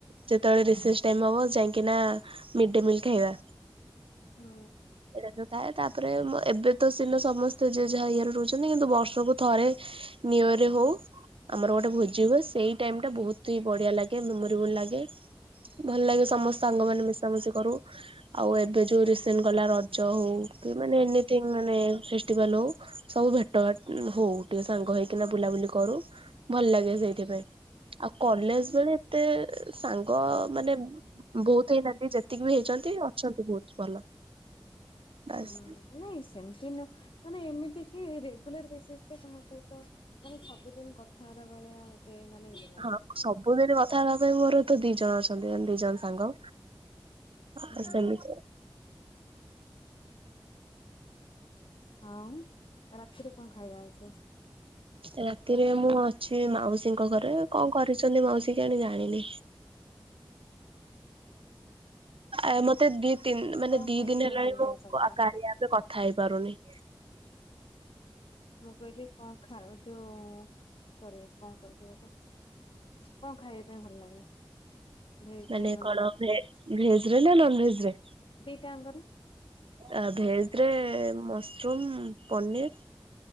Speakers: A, on the right; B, on the left.
A: ଯେତେବେଳେ ରିସେସ ଟାଇମ ହବ ଯାଇକି ନା ମିଡମିଲ୍ ଖାଇବା।
B: ହୁଁ।
A: ଏଇଟା ଥାଏ ତାପରେ ଏବେ ତ ସିନା ସମସ୍ତେ ଜେଏ ଯାହା ଇଏ ରେ ରହୁଛନ୍ତି କିନ୍ତୁ ବର୍ଷକୁୁ ଥରେ ନିୟରେ ହୋଉ ଆମର ଗୋଟେ ଭୋଜି ହୁଏ ସେଇ ଟାଇମ ଟା ବହୁତ ହି ବଢିଆ ଲାଗେ ମେମୋରେଏବୁଲ ଲାଗେ। ଭଲ ଲାଗେ ସମସ୍ତ ସାଙ୍ଗ ମାନେ ମିଶାମଶି କରୁ ଆଉ ଏବେ ଯେଉଁ ରିସେଣ୍ଟ ଗଲା ରଜ ହଉ କି ମାନେ ଏନିଥିଙ୍ଗ ମାନେ ଫେଷ୍ଟିଭାଲ ହଉ ସବୁ ଭେଟ ଭାଟ ହଉ ଟିକେ ସାଙ୍ଗ ହେଇକିନା ବୁଲାବୁଲି କରୁ ଭଲ ଲାଗେ ସେଇଥିପାଇଁ। ଆଉ କଲେଜବେଳେ ଏତେ ସାଙ୍ଗ ମାନେ ବହୁତ ହେଇନାହାନ୍ତି ଯେତିକି ବି ହେଇଛନ୍ତି ଅଛନ୍ତି ବହୁତ ଭଲ। ବାସ୍
B: ହୁଁ ନାଇଁ ସେମିତି ନୁହଁ ମାନେ ଏମିତି କି ରେଗୁଲାର ବେସିସ ରେ ତମ ସହିତ ମାନେ ସବୁଦିନ କଥା ବାର୍ତା ବେଳେ ଆଉ ମାନେ ଇ
A: ହଁ ସବୁଦିନ କଥା ହେବା ପାଇଁ ମୋର ତ ଦି ଜଣ ଅଛନ୍ତି ମାନେ ଦି ଜଣ ସାଙ୍ଗ। ହ
B: ହୁଁ
A: ସମି
B: ହଁ ରାତିରେ କଣ ଖାଇବା ହେଇଛି?
A: ରାତିରେ ମୁଁ ଅଛି ମାଉସୀଙ୍କ ଘରେ କଣ କରିଛନ୍ତି ମାଉସୀ କେଜାଣି ଜାଣିନି। ଆ ମତେ ଦି ତି ମାନେ
B: କଣ
A: ଦି
B: ଖାଇବା
A: ଦିନ
B: ପାଇଁ
A: ହେଲାଣି
B: ଭଲ
A: ମୁଁ
B: ଲାଗେ ସବୁଠୁ?
A: କାରିଆ ଆପରେ କଥା ହେଇ ପାରୁନି।
B: ମୁଁ କହିଲି କଣ ଖାଉଛ ସରି କଣ କହିଲି ଗୋଟେ କଣ ଖାଇବା ପାଇଁ ଭଲ ଲାଗେ? ଭେଜ
A: ମାନେ
B: ରେ ନନ
A: କଣ
B: ଭେଜ
A: ଭେ ଭେଜ ରେ ନା ନନ ଭେଜ ରେ?
B: ଦିଟା ଆଙ୍ଗରେ
A: ଆ ଭେଜରେ ମସରୁମ ପନିର